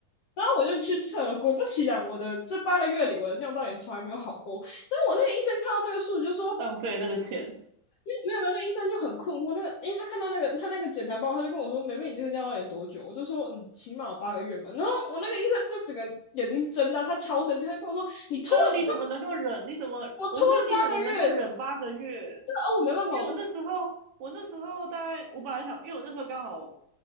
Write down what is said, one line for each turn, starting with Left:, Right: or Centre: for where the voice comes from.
Left: 然后我就去测了，果不其然，我的这八个月里我的尿道炎从来没有好过。然后我那个医生看到那个数据就说，
Right: 浪费那个钱，
Left: 没有没有，那医生就很困惑，那个因为他看到那个他那个检查报告，他就跟我说，梅梅你这个尿道炎多久？我就说嗯，起码有八个月嘛。然后我那个医生就整个眼睛睁大，他超生气，他就跟我说，你拖了
Right: 对啊，你怎么能够忍？你怎么我是你怎么能够忍八个月？
Left: 我拖了八个月，对啊，哦我没办法，
Right: 因为我那时候我那时候大概我本来想，
Left: 我不
Right: 因为我那时候刚好，